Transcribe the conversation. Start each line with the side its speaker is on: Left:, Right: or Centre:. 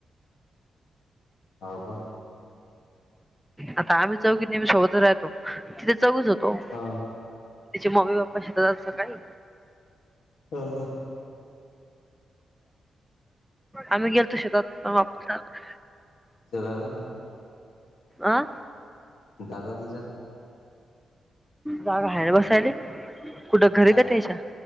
Left: हव का?
Centre: आता आम्ही चौघी नेहमी सोबतच राहतो, तिथे चौघीचं होतो.
Left: हा
Centre: तीचे मम्मी पप्पा शेतात जाता सकाळी.
Left: ह ह.
Centre: आम्ही गेलतो शेतात पण वापस आलो.
Left: शेतात
Centre: आं
Left: दादा तीचा
Centre: जागा हाय बसायले. कुठं घरी
Left: अरे
Centre: क त्यच्या?